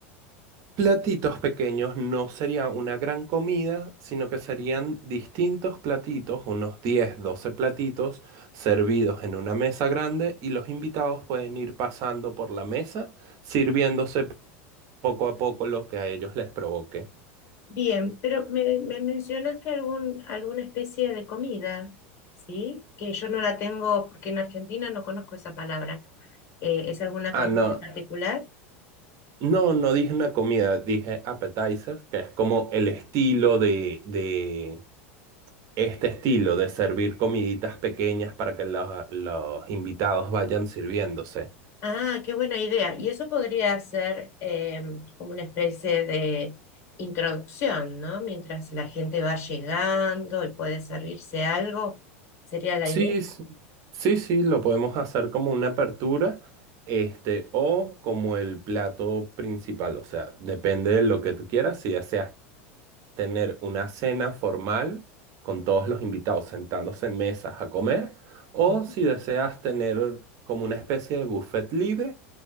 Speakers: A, on the right (about 50°); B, on the left (about 45°).
A: Platitos pequeños no sería una gran comida, sino que serían distintos platitos, unos 10, 12 platitos servidos en una mesa grande y los invitados pueden ir pasando por la mesa, sirviéndose poco a poco lo que a ellos les provoque.
B: Bien, pero me, me mencionaste algún, alguna especie de comida, ¿sí? Que yo no la tengo porque en Argentina no conozco esa palabra. Eh, ¿es alguna
A: Ah,
B: comida
A: no,
B: en particular?
A: no, no dije una comida, dije appetizers, que es como el estilo de, de este estilo de servir comiditas pequeñas para que los los invitados vayan sirviéndose.
B: Ah, qué buena idea. Y eso podría ser em, como una especie de introducción, ¿no? Mientras la gente va llegando y puede servirse algo, sería la
A: Sí,
B: idea.
A: s- sí, sí, lo podemos hacer como una apertura, este, o como el plato principal, o sea, depende de lo que tú quieras, si deseas tener una cena formal con todos los invitados sentándose en mesas a comer, o
B: Sí,
A: si deseas tener como una especie de buffet libre